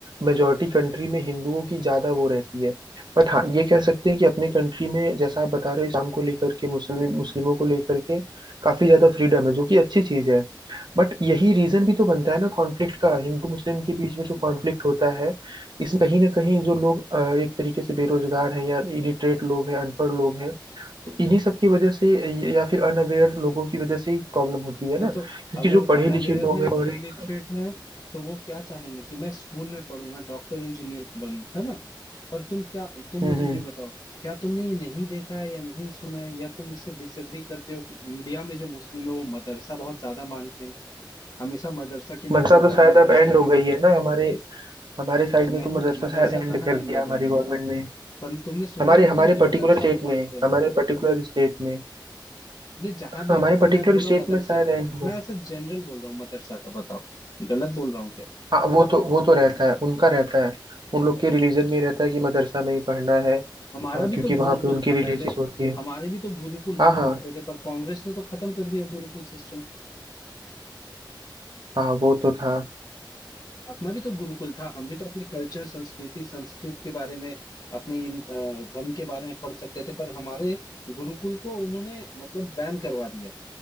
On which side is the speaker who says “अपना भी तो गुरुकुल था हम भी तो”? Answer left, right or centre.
Left